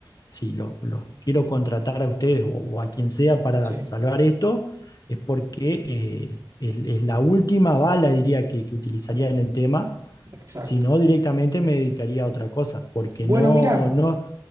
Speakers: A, on the left (about 50°); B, on the right (about 45°).
A: si lo, lo quiero contratar a ustedes o o a quien sea para
B: sí,
A: salvar esto es porque eh, es, es la última bala, diría, que, que utilizaría en el tema,
B: exacto.
A: si no directamente me dedicaría a otra cosa, porque
B: Bueno,
A: no,
B: mirá,
A: no,